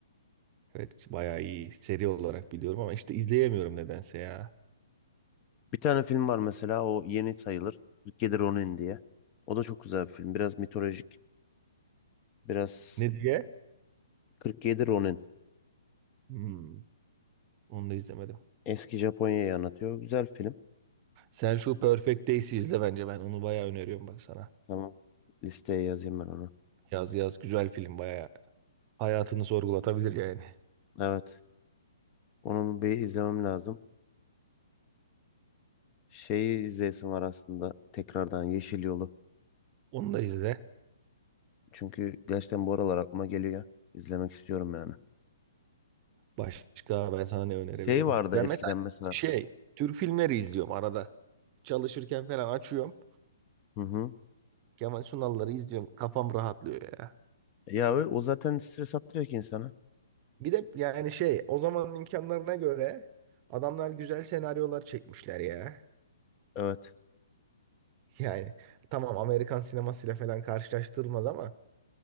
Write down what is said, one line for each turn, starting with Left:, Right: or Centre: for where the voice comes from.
Right: Evet bayağı iyi. Seri olarak biliyorum ama işte izleyemiyorum nedense ya.
Left: Bir tane film var mesela o yeni sayılır. 47 Ronin diye. O da çok güzel bir film. Biraz mitolojik. Biraz
Right: Ne diye?
Left: 47 Ronin.
Right: Hmm, onu da izlemedim.
Left: Eski Japonya'yı anlatıyor. Güzel film.
Right: Sen şu Perfect Days'i izle bence. Ben onu bayağı öneriyorum bak sana.
Left: Tamam. Listeye yazayım ben onu.
Right: Yaz yaz güzel film bayağı. Hayatını sorgulatabilir yani.
Left: Evet. Onu bir izlemem lazım. Şeyi izleyesim var aslında. Tekrardan Yeşil Yolu.
Right: Onu da izle.
Left: Çünkü gerçekten bu aralar aklıma geliyor. İzlemek istiyorum yani.
Right: Başka ben sana ne önerebilirim?
Left: Şey vardı
Right: Ben
Left: eskiden
Right: mesela
Left: mesela.
Right: şey Türk filmleri izliyorum arada. Çalışırken falan açıyorum.
Left: Hı hı.
Right: Kemal Sunal'ları izliyorum. Kafam rahatlıyor ya.
Left: E, Ya o o zaten stres attırıyor ki insana.
Right: Bir de yani şey o zamanın imkanlarına göre adamlar güzel senaryolar çekmişler ya. <laughs>
Left: Evet.
Right: Yani tamam Amerikan sinemasıyla falan karşılaştırılmaz ama